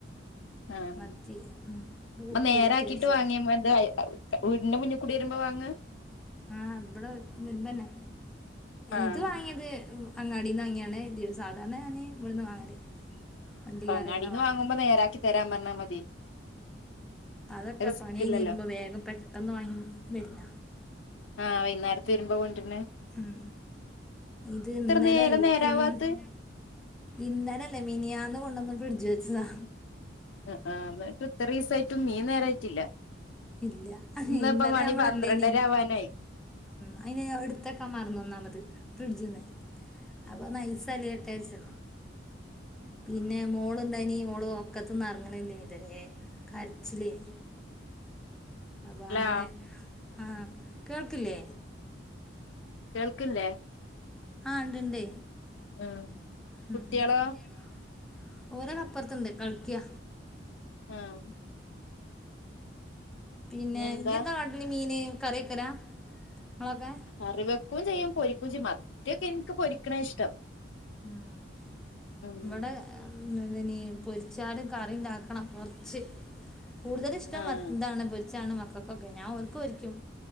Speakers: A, on the left (about 75°); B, in the centre.
A: ആഹ്
B: മത്തി ഉം
A: ഇന്നാ നേരാക്കിട്ട്
B: പൊരിക്കാരിച്ച്
A: വാങ്ങിയ എന്താ വീടിന്റെ മുന്നിക്കൂടിവരുമ്പോ വാങ്ങ
B: ആഹ് ഇവിടെ വരുമ്പന്നെ
A: ആഹ്
B: ഇത് വാങ്ങിയേത് അങ്ങാടിന്ന് വാങ്ങിയാണ് സാധാരണ ഞാൻ ഇവിടുന്ന് വാങ്ങല് വണ്ടിക്കാരേന്നാ
A: അങ്ങാടിന്ന്
B: വാങ്ങല്
A: വാങ്ങുമ്പോ നേരാക്കി തരാൻ പറഞ്ഞാ മതി
B: അതൊക്കെ
A: റിസ്ക്
B: പണി കഴിഞ്
A: ഇല്ലല്ലോ
B: വരുമ്പോ വേഗം പെട്ടെന്ന് വാങ്ങി വര്ന
A: ആഹ് വൈന്നേരത്ത് വരുമ്പോ കൊണ്ടര്ന്നെ
B: ഉം ഇത് ഇന്നലെല്ലാ
A: നേരം നേരാവാത്ത്
B: ഇന്ന് ഇന്നലെല്ല മിനിയാന്ന് കൊണ്ടന്ന് ഫ്രിഡ്ജ് വെച്ചതാ
A: അ ആഹ് ഇന്നട്ട് ഇത്ര ഈസായിറ്റും മീൻ നേരായിറ്റില്ല
B: ഇല്ല
A: ഇന്ന്
B: ഇന്നലെ
A: ഇപ്പം മണി
B: ഞാൻ ഇവിടെ
A: പന്ത്രണ്ടര
B: ഇല്ലേനി
A: ആവാനായി
B: അതിന് ഞാൻ ഇടുത്തെക്കാ മറന്ന് ഒന്നാമത് ഫ്രിഡ്ജിന്ന് അപ്പന്നാ ഐസ് അലിയട്ടെ വെച്ച് പിന്നെ മോളുണ്ടായിനി ഓള് ഒക്കത്തന്ന് അറങ്ങ്ണില്ലേനി ഇത് വരേ കരച്ചിലേനി അപ്പ
A: അല്ലാ
B: അങ്ങനെ ആ കേൾക്കില്ലേ?
A: കേൾക്ക്ണ്ല്ല്യ.
B: ആഹ് ഇണ്ടിണ്ടേ
A: ഉം കുട്ടികളോ
B: ഉം. കുട്ട്യളോ? ഓരക അപ്പുറത്തുണ്ട് കളിക്യാ.
A: ആഹ്.
B: പിന്നെ
A: ഇനി എന്താ
B: ഇഞ്യന്താ കാട്ടല് മീന് കറെക്കിട <unintelligible> ക്കെ?
A: കറിവെക്കോം ചെയ്യും പൊരിക്കും ചെയ്യും. മത്തി ഒക്കെ എനിക്ക് പൊരിക്കണ ഇഷ്ടം.
B: ഉം
A: ഉം
B: ഇവടെ ഉം ഇനി പൊരിച്ചാലും കറിണ്ടാക്കണം കുറച്ച്, കൂടുതൽ ഇഷ്ടം
A: ആഹ്
B: എന്താണ് പൊരിച്ചാണ് മക്കൾക്കൊക്കെ, ഞാൻ ഓൽക്ക് പൊരിക്കും.